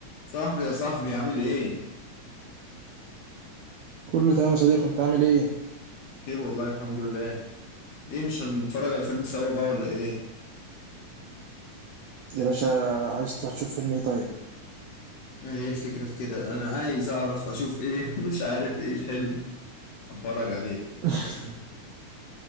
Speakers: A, on the left; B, on the right.
A: صاحبي يا صاحبي عامل ايه؟
B: كله تمام يا صديقي انت عامل ايه
A: خير والله الحمد لله ايه مش هنتفرج على فيلم سوا بقى ولا ايه؟
B: يا باشا عايز تروح تشوف فيلم ايه طيب
A: ما هي الفكرة في كده انا عايز اعرف اشوف ايه <laughs> مش عارف ايه الحلو اتفرج عليه
B: <laughs>